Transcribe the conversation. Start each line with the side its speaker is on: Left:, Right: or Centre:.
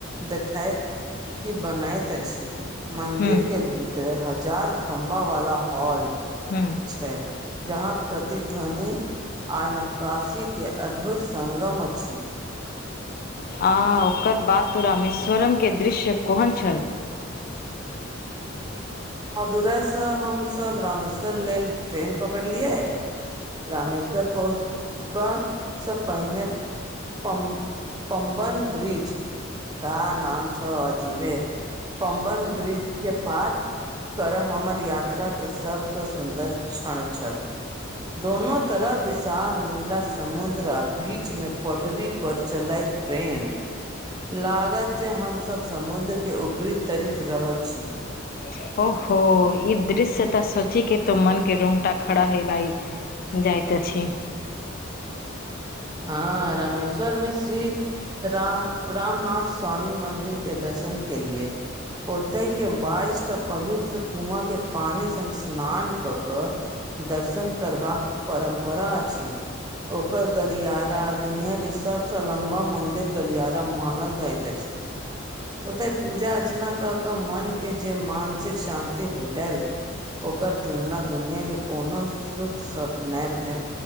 Right: देखाइत कि बनाइत अछि। मन्दिर
Left: हुं,
Right: के भीतर हजार खम्भा वाला हॉल
Left: हँ
Right: छै, जहाँ प्रतिध्वनि। आ नक्कासीके अद्भुत सङ्गम अछि।
Left: आ ओकर बात तो रामेश्वरम के दृश्य कोहेन छल।
Right: मदुराइ से हम-सब रामेश्वर लेल ट्रेन पकड़लियै। रामेश्वर पहुँचबा से पहिने। पम-पमबन ब्रिज, का नाम छ अजीवे। पमबन ब्रिज के पार। करय हमर यात्राके सभसँ सुन्दर क्षण छल। दोनों तरफ विशाल नीला समुद्र आ बीच में पटरी पर चलैत। ट्रेन, लागत जे हम-सब समुद्र के ऊपरी तरिज रहल छी।
Left: <inaudible> ओऽहो, ई दृश्य तऽ सोची के तो मन के रोंगटा खड़ा है भाइ। जाइत अछी।
Right: हँ, रामेश्वर में श्री। राम, रामनाथ स्वामी मन्दिर के दर्शन केलिए। ओऽते के बाइस टा पवित्र कुआँ के पानी से स्नान क कऽ। दर्शन करबाक परम्परा अछि, ओकर। गलियारा, दुनिया के सबस लंबा मंदिर गलियारा मानल जाइत अछि। ओतेऽ पूजा अर्चना कऽ कऽ मनके जे मानसिक शान्ति भेटल। ओकर तुलना दुनिया के कोनो सुख शब्द नहि भे।